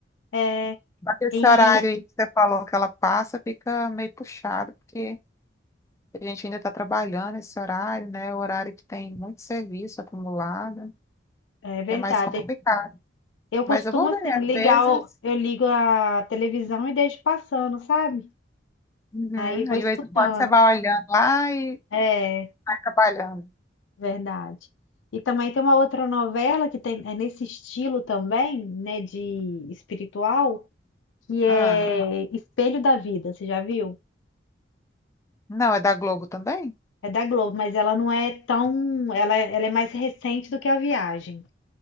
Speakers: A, on the left; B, on the left.
A: É,
B: Esse
A: e
B: horário aí que você falou que ela passa fica meio puxado, porque a gente ainda está trabalhando esse horário, né? O horário que tem muito serviço acumulado.
A: é verdade.
B: É mais complicado.
A: Eu costumo
B: Mas eu vou
A: assim
B: ver, às
A: ligar,
B: vezes.
A: o- eu ligo a televisão e deixo passando, sabe?
B: Uhum,
A: Aí
B: de
A: vou escutando.
B: vez em quando você vai olhando lá e
A: É,
B: vai trabalhando.
A: verdade. E também tem uma outra novela que tem, é nesse estilo também, né, de espiritual, que é
B: Ah,
A: Espelho da Vida, você já viu?
B: não, é da Globo também?
A: É da Globo, mas ela não é tão, ela, ela é mais recente do que a Viagem.